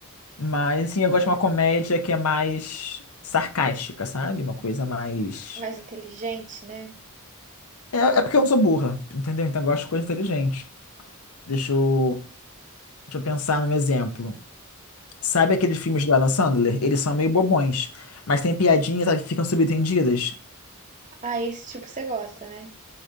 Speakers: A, on the left; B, on the right.
A: Mas, assim, eu gosto de uma comédia que é mais sarcástica, sabe? Uma coisa mais.
B: Mais inteligente, né?
A: É, é porque eu não sou burra, entendeu? Então eu gosto de coisa inteligente. Deixa eu, deixa eu pensar num exemplo. Sabe aqueles filmes da Adam Sandler? Eles são meio bobões, mas tem piadinhas, sabe, que ficam subentendidas.
B: Ah, esse tipo você gosta, né?